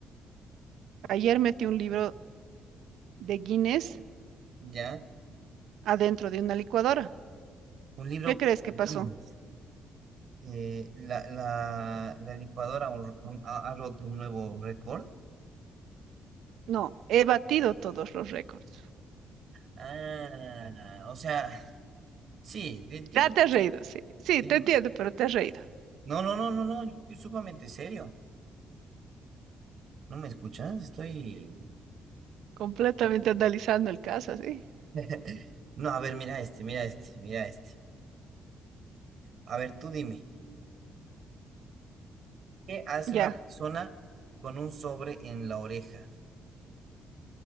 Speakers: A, on the right (about 80°); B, on the right (about 60°).
A: Ayer metí un libro de Guinness
B: ya.
A: adentro de una licuadora.
B: Un libro
A: ¿Qué crees que
B: Guinness.
A: pasó?
B: Eh, la, la, la licuadora hon- hon- ha, ha roto un nuevo récord.
A: No, he batido todos los récords.
B: Ah, o sea, sí. de- de-
A: Ya te has reído, sí. Sí,
B: de-
A: te entiendo, pero te has reído.
B: No, no, no, no, no. Yo estoy sumamente serio. ¿No me escuchas? Estoy.
A: Completamente analizando el caso, sí.
B: <laughs> No, a ver, mira este, mira este, mira este. A ver, tú dime. ¿Qué hace
A: Ya,
B: una persona con un sobre en la oreja?